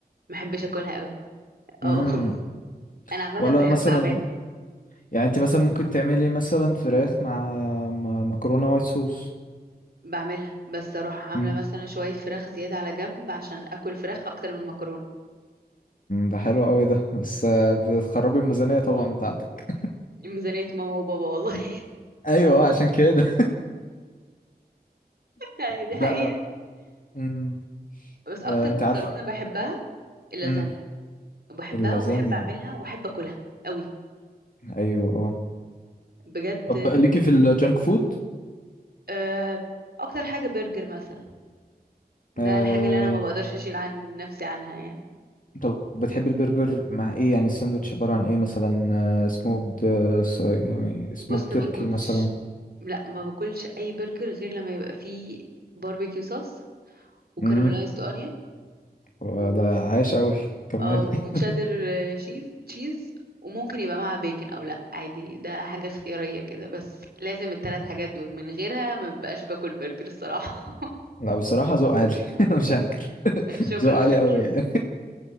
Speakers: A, on the right (about 70°); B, on the left (about 55°).
A: ما احبش اكلها قوي اه
B: امم
A: <laughs> انا عامه
B: ولا
A: بحب
B: مثلا
A: اعمل
B: يعني انت مثلا ممكن تعملي مثلا فراخ مع مع مكرونة وايت صوص
A: بعملها بس اروح عامله
B: امم
A: مثلا شويه فراخ زياده على جنب عشان اكل فراخ اكتر من مكرونه
B: ده حلو قوي ده بس آه، بتخربي الميزانية طبعا بتاعتك
A: ميزانية ماما وبابا والله
B: ايوه آه، عشان كده
A: <laughs> ايوه دي
B: <laughs>
A: حقيقة
B: لا امم
A: بس اكتر
B: آه انت
A: مكرونة
B: عارف
A: بحبها اللازانيا
B: امم
A: بحبها
B: اللازاني
A: وبحب اعملها وبحب اكلها قوي
B: ايوه اه
A: بجد
B: طب ليكي في الجانك فود
A: آه، اكتر حاجة برجر مثلا ده
B: آه
A: الحاجة اللي انا ما بقدرش اشيل عن نفسي عنها يعني
B: طب بتحب البرجر مع ايه يعني الساندوتش عبارة عن ايه مثلا آه سموكد آه س- يعني سموك
A: بص
B: تركي
A: ما باكلش
B: مثلا
A: لا ما باكلش اي برجر غير لما يبقى فيه باربيكيو صوص وكaramelized
B: امم
A: onion
B: وده
A: و
B: عايش قوي كملي
A: اه وتشيدر
B: <laughs>
A: شيز تشيز وممكن يبقى معاها بيكن او لا عادي ده حاجة اختيارية كده بس لازم الثلاث حاجات دول من غيرها ما ببقاش باكل برجر الصراحة
B: لا بصراحة ذوق عالي <laughs> مش هنكر <laughs>
A: <laughs> شكرا
B: ذوق عالي
A: شكرا
B: قوي يعني